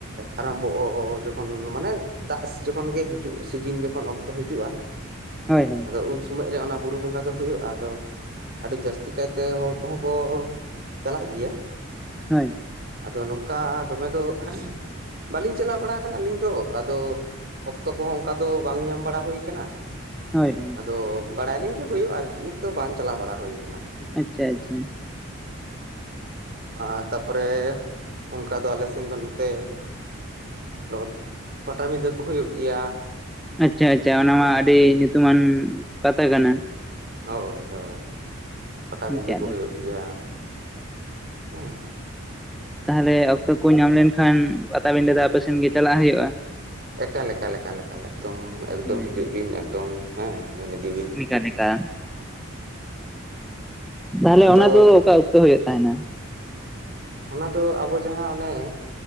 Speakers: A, on the right; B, in the centre.
A: ᱟᱨᱟᱢᱵᱷᱚᱜ ᱡᱚᱠᱷᱚᱱ ᱢᱟᱱᱮ ᱫᱟᱜ ᱡᱚᱠᱷᱚᱱ ᱜᱮ ᱦᱤᱡᱩᱜ, ᱥᱤᱡᱤᱱ ᱡᱚᱠᱷᱚᱱ ᱚᱠᱛᱚ ᱦᱤᱡᱩᱜᱼᱟ
B: ᱦᱳᱭ ᱦᱳᱭ
A: ᱟᱫᱚ ᱩᱱ ᱥᱚᱢᱚᱭ ᱨᱮ ᱚᱱᱟ ᱵᱩᱨᱩ ᱵᱚᱸᱜᱟ ᱫᱚ ᱦᱩᱭᱩᱜᱼᱟ ᱟᱫᱚ ᱾ ᱟᱰᱤ ᱡᱟᱹᱥᱛᱤ ᱠᱟᱭᱛᱮ ᱦᱚᱲ ᱠᱚᱦᱚᱸ ᱠᱚ ᱪᱟᱞᱟᱜ ᱜᱮᱭᱟ
B: ᱦᱳᱭ
A: ᱟᱫᱚ ᱱᱚᱝᱠᱟ ᱫᱚᱢᱮ ᱫᱚ ᱵᱟᱞᱤᱧ ᱪᱟᱞᱟᱣ ᱵᱟᱲᱟ ᱟᱠᱟᱱᱟ ᱟᱹᱞᱤᱧ ᱫᱚ ᱟᱫᱚ ᱚᱠᱛᱚ ᱠᱚᱦᱚᱸ ᱚᱱᱠᱟ ᱫᱚ ᱵᱟᱝ ᱧᱟᱢ ᱵᱟᱲᱟ ᱦᱩᱭ ᱟᱠᱟᱱᱟ
B: ᱦᱳᱭ ᱦᱳᱭ
A: ᱟᱫᱚ ᱵᱟᱲᱟᱭᱟᱞᱤᱧ ᱦᱳᱭᱩᱜᱼᱟ ᱟᱨᱠᱤ, ᱟᱫᱚ ᱵᱟᱝ ᱪᱟᱞᱟᱣ ᱵᱟᱲᱟ ᱦᱩᱭ ᱠᱟᱱᱟ ᱟᱨᱠᱤ
B: ᱟᱪᱪᱷᱟ
A: ᱦᱩᱸ
B: ᱟᱪᱪᱷᱟ
A: ᱟᱨ ᱛᱟᱯᱚᱨᱮ ᱚᱱᱠᱟ ᱫᱚ ᱟᱞᱮ ᱥᱮᱱ ᱫᱚ ᱱᱚᱛᱮ <unintelligible> ᱯᱟᱴᱟᱵᱤᱸᱫᱟᱹ ᱠᱚ ᱦᱩᱭᱩᱜ ᱜᱮᱭᱟ
B: ᱟᱪᱪᱷᱟ ᱟᱪᱪᱷᱟ ᱚᱱᱟ
A: ᱦᱮᱸ
B: ᱢᱟ ᱟᱹᱰᱤ ᱧᱩᱛᱩᱢᱟᱱ ᱯᱟᱛᱟ ᱠᱟᱱᱟ
A: ᱦᱳᱭ ᱦᱳᱭ ᱯᱟᱴᱟᱵᱤᱫᱟᱹ
B: ᱪᱮᱫ
A: ᱠᱚ
B: ᱞᱮᱠᱟ᱾
A: ᱦᱳᱭᱳᱜ ᱜᱮᱭᱟ ᱦᱮ
B: ᱛᱟᱦᱚᱞᱮ ᱚᱠᱛᱚ ᱠᱚ ᱧᱟᱢ ᱞᱮᱱᱠᱷᱟᱱ ᱯᱟᱛᱟᱵᱤᱱᱫᱟᱹ ᱫᱚ ᱟᱯᱮ ᱥᱮᱱ ᱜᱮ ᱪᱟᱞᱟᱜ ᱦᱩᱭᱩᱜᱼᱟ ᱾
A: ᱮᱠᱟᱞ ᱮᱠᱟᱞ ᱮᱠᱟᱞ ᱮᱠᱟᱞ ᱮᱠᱫᱚᱢ ᱮᱠᱫᱚᱢ
B: ᱦᱳᱭ
A: ᱦᱤᱡᱩᱜ
B: ᱦᱳᱭ
A: ᱵᱤᱱ ᱮᱠᱫᱚᱢ ᱦᱮᱸ ᱧᱮᱞ ᱤᱫᱤ ᱵᱤᱱ
B: ᱮᱠᱟᱞ ᱮᱠᱟᱞ ᱛᱟᱦᱞᱮ
A: ᱟᱫᱚ
B: ᱚᱱᱟ ᱫᱚ ᱚᱠᱟ ᱚᱠᱛᱚ ᱦᱳᱭᱳᱜ ᱛᱟᱦᱮᱱᱟ?
A: ᱚᱱᱟ ᱫᱚ ᱟᱵᱚ ᱡᱟᱦᱟᱸ ᱚᱱᱮ